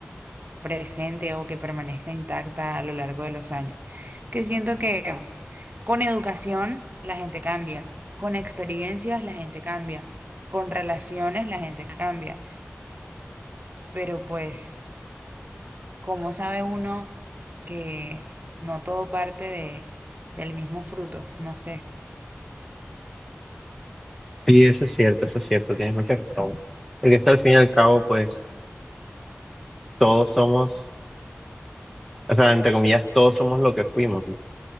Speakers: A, on the right; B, in the centre.
A: presente o que permanezca intacta a lo largo de los años. Que siento que con educación la gente cambia, con experiencias la gente cambia, con relaciones la gente cambia, pero pues... ¿Cómo sabe uno que no todo parte de, del mismo fruto? No sé.
B: Sí, eso es cierto, eso es cierto, tienes mucha razón. Porque esto al fin y al cabo, pues todos somos, o sea, entre comillas, todos somos lo que fuimos, ¿no?